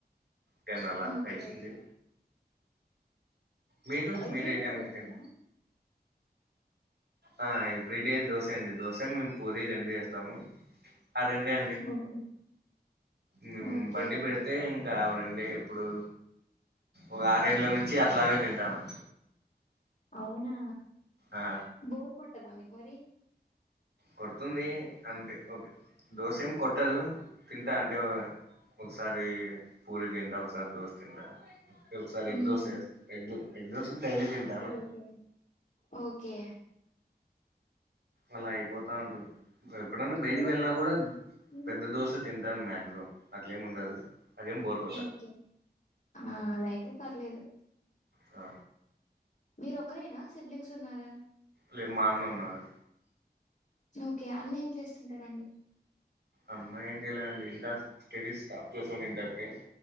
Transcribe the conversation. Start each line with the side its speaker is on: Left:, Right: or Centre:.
Right: టెన్ అలా
Left: ఓకే.
Right: అయితుంది మీరు
Left: ఎవ్రీ
Right: మీరు ఏ
Left: డే
Right: టైంకి
Left: దోసేనా
Right: తింట ఆ ఎవ్రీ డే దోసే అండి దోస మేము పూరి రెండు ఏస్తాము అ రండే అండి
Left: ఓకే.
Right: మేం
Left: ఓకే.
Right: బండి
Left: ఓకే.
Right: పెడితే కావరండి ఎప్పుడూ ఒక ఆరెండ్ల నుంచి అట్లనే తింటాన
Left: అవునా
Right: ఆ
Left: బోర్ కొట్టదా మీక్ మరి
Right: కొడుతుంది అంతె ఓకే దోసేం కొట్టదు తింటా అంటే ఒకసారి పూరి తింటా, ఒకసారి దోస్ తింట ఒకసారి
Left: హ్మ్.
Right: ఎగ్ దోసెస్త ఎగ్గ్ ఎగ్దోశ డైలీ తింటాను
Left: ఓకే. ఓకే. ఓకే
Right: అలా అయిపోతా ఉంటుంది ఎప్పుడన్న బయటికి
Left: మీరొకరే
Right: వెళ్ళినా గూడా
Left: హ్మ్.
Right: పెద్ద దోసె తింటాను మాక్సిమం అట్లేమ్ ఉండదు అదేం బోరు
Left: ఓకే ఆ అలాయితే పర్లేదు
Right: ఆ
Left: మీరోక్కరేనా సిబ్లింగ్స్ ఉన్నారా
Right: లేదు మా అన్న ఉన్నాడు
Left: ఓకే అన్న ఏం చేస్తుంటాడండి
Right: అన్న ఏంచేయలేదండి ఇంటర్ స్టడీస్ స్టాప్ చేసాడు ఇంటర్ కే